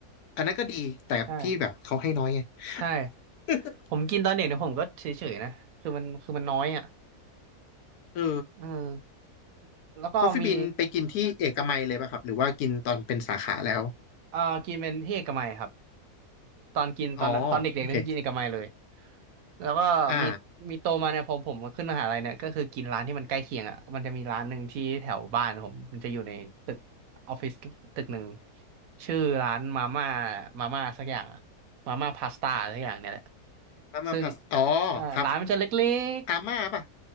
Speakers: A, on the left (about 75°); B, on the right (about 70°).
A: อันนั้นก็ดีแต่พี่แบบเขาให้น้อยไง
B: ใช่ใช่
A: <laughs>
B: ผมกินตอนเด็กเนี่ยผมก็เฉยๆนะคือมันคือมันน้อยอ่ะ
A: เออ
B: เออแล้วก็มี
A: คอฟฟี่บินไปกินที่เอกมัยเลยป่ะครับหรือว่ากินตอนเป็นสาขาแล้ว
B: เอ่อกินเป็นเฮกมัยครับ ตอนกินตอนนั้นตอนเด็กๆเนี่ยคือกินเอกมัยเลย
A: อ๋อโอเค
B: แล้วก็มีมีโตมาเนี่ยพอผมมาขึ้นมหาลัยเนี่ยก็คือกินร้านที่มันใกล้เคียงอ่ะมันจะมีร้านหนึ่งที่แถวบ้านผมมันจะอยู่ในตึก
A: อ่า
B: ออฟฟิศตึกหนึ่งชื่อร้านมาม่ามาม่าสักอย่างอะมาม่าพาสต้าสักอย่างเนี่ยแหละ
A: มาม่าพาสอ๋อ
B: ซึ่งใช่ร้านมันจะเล็ก
A: ครับอาม่าป่ะ